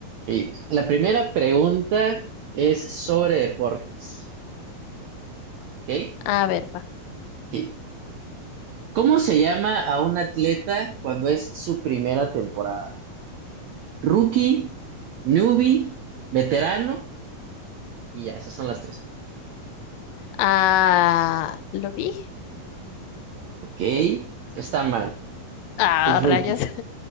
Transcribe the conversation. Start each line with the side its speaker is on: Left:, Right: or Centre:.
Right: Y la primera pregunta es sobre deportes, ¿ok?
Left: A ver, va.
Right: Sí. ¿Cómo se llama a un atleta cuando es su primera temporada? Rookie, newbie, veterano y ya, esas son las tres.
Left: Ah, ¿lo vi?
Right: Ok, está mal,
Left: Ah,
Right: es rookie.
Left: rayas. <laughs>